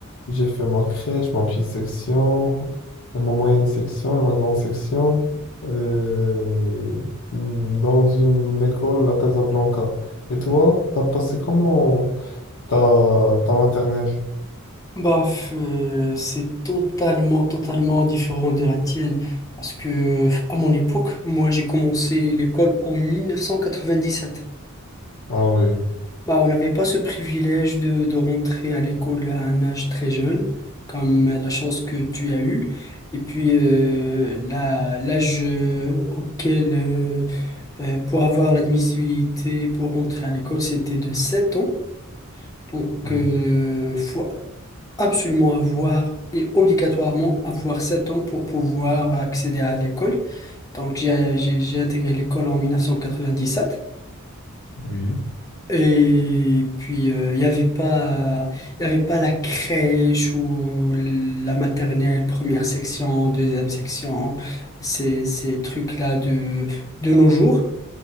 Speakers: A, on the left; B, on the left.
A: j'ai fait ma crèche, ma petite section, et ma moyenne section et ma grande section euh, dans une école à Casablanca. Et toi, t'as passé comment ta, ta maternelle?
B: Bah, f- euh, c'est totalement, totalement différent de la tienne parce que à mon époque, moi j'ai commencé l'école en 1997.
A: Ah oui,
B: Bah, on n'avait pas ce privilège de, de rentrer à l'école à un âge très jeune, comme euh, la chance que tu as eue. Et puis euh, la- l'âge euh, auquel euh, Euh, pour avoir l'admissibilité pour rentrer à l'école, c'était de 7 ans. Donc,
A: oui,
B: il faut absolument avoir et obligatoirement avoir 7 ans pour pouvoir accéder à l'école. Donc, j'ai j'ai- j'ai intégré l'école en 1997.
A: oui,
B: Et puis, euh, il n'y avait pas, il y avait pas la crèche ou la maternelle, première section, deuxième section, ces, ces trucs-là de, de nos jours.